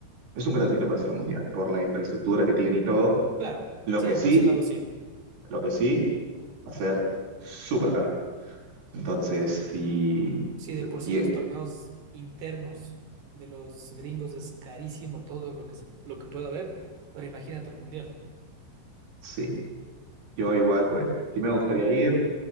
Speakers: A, on the right; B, on the right.
A: es un gran sitio para hacer un mundial, por la infraestructura que tiene y todo.
B: claro,
A: Lo
B: sí,
A: que sí,
B: por ese lado sí.
A: lo que sí, va a ser súper caro. Entonces, sí,
B: Si de por
A: tie-
B: sí los torneos internos de los gringos es carísimo todo lo que se- lo que pueda haber, ahora imagínate el mundial.
A: sí, yo igual, pues, sí me gustaría ir.